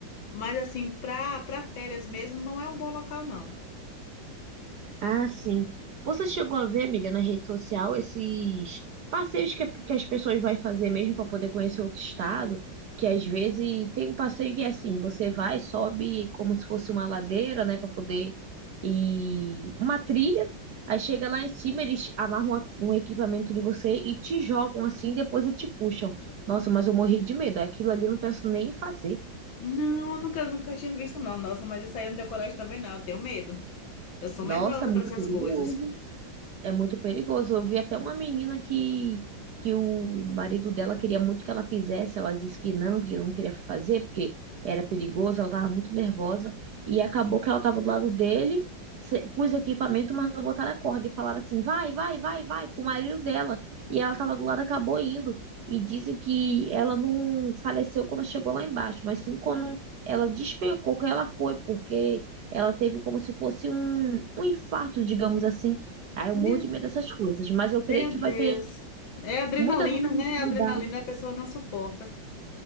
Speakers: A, on the left; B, on the right.
A: Mas assim, para para férias mesmo, não é um bom local, não.
B: Ah, sim. Você chegou a ver, amiga, na rede social esses passeios que, a- que as pessoas vão fazer mesmo para poder conhecer outro estado? Que às vezes tem um passeio que é assim, você vai, sobe como se fosse uma ladeira, né, para poder ir uma trilha. Aí chega lá em cima, eles amarram a- um equipamento de você e te jogam assim, depois e te puxam. Nossa, mas eu morri de medo. Aquilo ali eu não penso nem em fazer.
A: Não, nunca, nunca tinha visto, não. Nossa, mas isso aí eu não tenho coragem também, não. Eu tenho medo. Eu sou
B: Nossa,
A: medrosa
B: muito
A: para essas
B: perigoso.
A: coisas.
B: é muito perigoso. Eu vi até uma menina que, que o marido dela queria muito que ela fizesse, ela disse que não, que não queria fazer, porque era perigoso, ela estava muito nervosa, e acabou que ela estava do lado dele, se- com os equipamentos, mas não botaram a corda, e falaram assim, vai, vai, vai, vai, pro marido dela, e ela estava do lado, acabou indo. E dizem que ela não faleceu quando chegou lá embaixo, mas sim quando ela despencou que ela foi, porque ela teve como se fosse um, um infarto, digamos assim, ah, eu
A: Meu
B: morro de medo dessas coisas, mas eu creio
A: meu
B: que
A: Deus.
B: vai ter
A: É adrenalina,
B: muitas outras
A: né?
B: atividades.
A: A Adrenalina a pessoa não suporta.